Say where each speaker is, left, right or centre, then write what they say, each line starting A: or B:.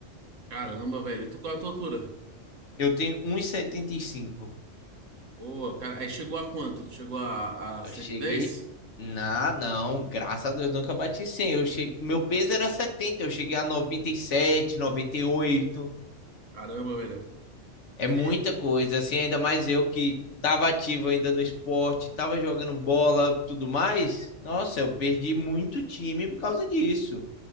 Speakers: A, on the right; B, on the left.
A: Caramba, velho. tu, qual é a tua altura?
B: Eu tenho um e e setenta e cinco.
A: Pô, cara, aí chegou a quanto? Tu chegou a, a
B: Eu
A: cento
B: cheguei.
A: e dez?
B: Na, não, graças a Deus, nunca bati 100. Eu cheguei, meu peso era 70. eu cheguei a noventa noventa e sete, noventa e oito.
A: Caramba, velho.
B: É muita
A: É,
B: coisa, assim, ainda mais eu que tava ativo ainda no esporte, tava jogando bola, tudo mais. Nossa,
A: hum,
B: eu perdi muito time por causa disso.